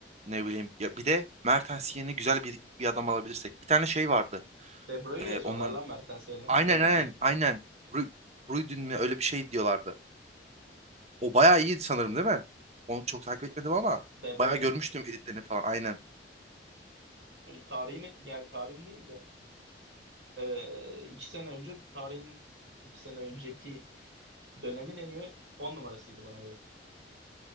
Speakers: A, on the right; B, on the right.
A: ne bileyim ya bir de Mertens yerine güzel bir, bir adam alabilirsek. Bir tane şey vardı.
B: De Bruyne
A: Eee,
B: yazıyorlar
A: onların
B: lan Mertens yerine.
A: Aynen
B: Gördün
A: aynen
B: mü onu?
A: aynen. Ru- Ruydun mu öyle bir şey diyorlardı. O bayağı iyiydi sanırım değil mi? Onu çok takip etmedim ama
B: De Bruyne.
A: bayağı görmüştüm editlerini falan aynen.
B: Tarihin yani tarihin değil de e, iki sene önce tarihin iki sene önceki dönemin en iyi 10 numarasıydı bana göre.